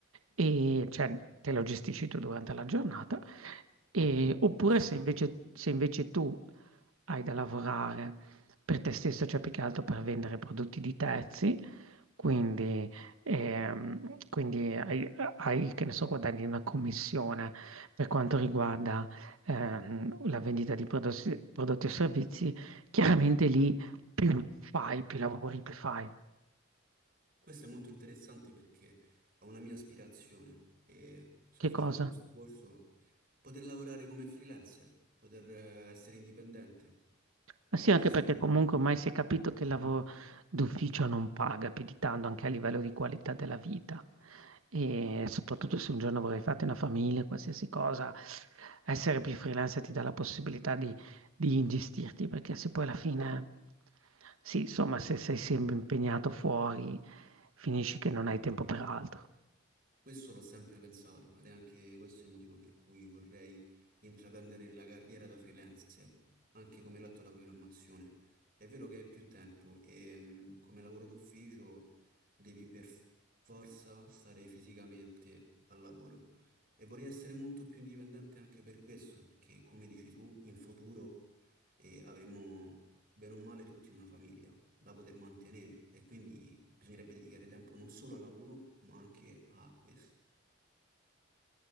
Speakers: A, on the right; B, on the right.
A: e cioè, te lo gestisci tu durante la giornata. E- oppure
B: Questo
A: se invece, se invece tu hai da lavorare per te stesso, cioè più che altro per vendere prodotti di terzi, quindi, ehm, quindi hai, hai, che ne so, guadagni una commissione per quanto riguarda ehm, la vendita di prodotti, prodotti o servizi Chiaramente lì più fai, più lavori, più fai.
B: Questo è molto interessante perché è una mia aspirazione e sto
A: Che
B: facendo
A: cosa?
B: questo corso, poter lavorare come freelancer, poter eh, essere indipendente.
A: Ma sì,
B: Ho
A: anche
B: chiesto
A: perché
B: questa
A: comunque
B: domanda.
A: ormai si è capito che il lavoro d'ufficio non paga più di tanto anche a livello di qualità della vita. E soprattutto se un giorno vorrei fare una famiglia, qualsiasi cosa, essere più freelancer ti dà la possibilità di, di ingestirti, perché se poi alla fine, sì, insomma, se sei sempre impegnato fuori, finisci che non hai tempo per altro.
B: Questo l'ho sempre pensato ed è anche questo il motivo per cui vorrei intraprendere la carriera da freelancer, anche come lato della programmazione. È vero che hai più tempo e mh, come lavoro d'ufficio devi per forza stare fisicamente al lavoro e vorrei essere molto più indipendente anche per questo, perché come dici tu, in futuro eh, avremo bene o male tutti una famiglia da poter mantenere e quindi bisognerebbe dedicare tempo non solo al lavoro, ma anche a questo.